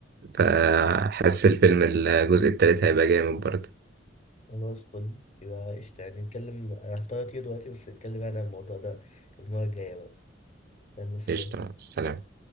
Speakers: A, on the right; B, on the left.
A: فحس الفيلم الجزء التالت هيبقى جامد برضه
B: خلاص فل يبقى قشطة يعني نتكلم انا هحتار كتير دلوقتي بس نتكلم يعني عن الموضوع ده المرة الجاية بقى يلا سلام
A: قشطة السلام